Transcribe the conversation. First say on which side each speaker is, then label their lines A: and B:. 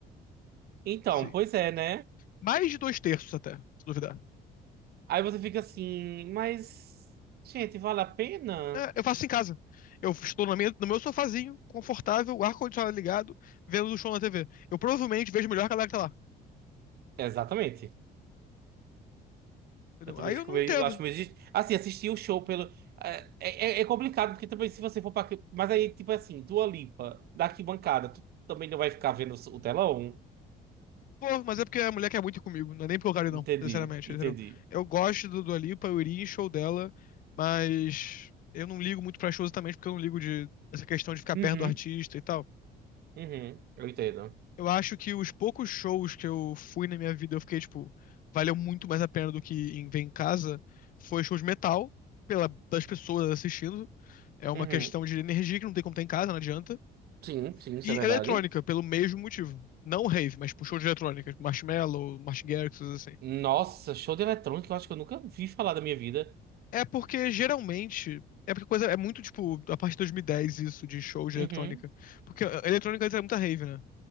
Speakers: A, on the right; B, on the left.
A: Então,
B: Assim,
A: pois é, né?
B: mais de dois terços até, se duvidar.
A: Aí você fica assim, mas, gente, vale a pena?
B: É, eu faço isso em casa. Eu estou na minha- no meu sofazinho, confortável, o ar-condicionado ligado, vendo o show na TV. Eu provavelmente vejo melhor que a galera que tá lá.
A: Exatamente.
B: entendeu?
A: Eu também
B: Aí
A: fico
B: eu não
A: meio.
B: entendo.
A: eu Acho meio. des- Assim, assistir o show pelo. É, é, é é complicado, porque também se você for pra. arqui- Mas aí, tipo assim, Dua Lipa, da arquibancada, tu também não vai ficar vendo o telão?
B: Pô, mas é porque a mulher quer muito ir comigo, não é nem pelo cara,
A: Entendi,
B: não, sinceramente,
A: entendi.
B: entendeu? Eu gosto do Dua Lipa, eu iria em show dela, mas eu não ligo muito pra show exatamente porque eu não ligo de essa questão de ficar
A: Uhum,
B: perto do artista e tal.
A: uhum, eu entendo.
B: Eu acho que os poucos shows que eu fui na minha vida, eu fiquei, tipo, valeu muito mais a pena do que em ver em casa, foi show de metal, pela, das pessoas assistindo. É uma
A: Uhum.
B: questão de energia que não tem como ter em casa, não adianta.
A: Sim, sim, isso
B: E
A: é verdade.
B: eletrônica, pelo mesmo motivo. Não rave, mas tipo, show de eletrônica, tipo, Marshmello, Martin Garrix, coisas assim.
A: Nossa, show de eletrônica, eu acho que eu nunca vi falar da minha vida.
B: É porque geralmente. É porque coisa é muito tipo a partir de 2010 isso de show de
A: Uhum.
B: eletrônica. Porque a eletrônica antes era muita rave, né?